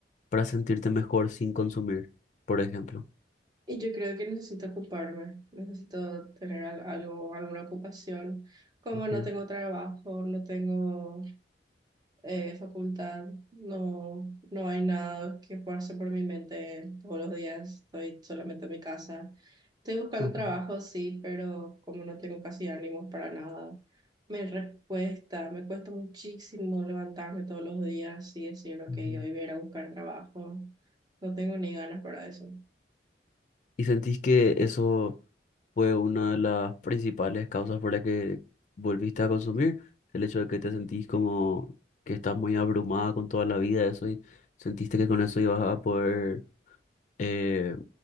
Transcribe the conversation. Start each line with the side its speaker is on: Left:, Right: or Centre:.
Left: para sentirte mejor sin consumir, por ejemplo?
Right: Y yo creo que necesito ocuparme, necesito tener al- algo, alguna ocupación. Como
Left: Ujú,
Right: no tengo trabajo, no tengo eh, facultad, no, no hay nada que pase por mi mente todos los días, estoy solamente en mi casa. Estoy buscando
Left: ujú,
Right: trabajo, sí, pero como no tengo casi ánimos para nada, me re- cuesta, me cuesta muchísimo levantarme todos los días y decir, ok,
Left: ujú.
Right: hoy voy a ir a buscar trabajo. No tengo ni ganas para eso.
Left: ¿Y sentís que eso fue una de las principales causas por la que volviste a consumir? El hecho de que te sentís como que estás muy abrumada con toda la vida, eso y sentiste que con eso ibas a poder eh,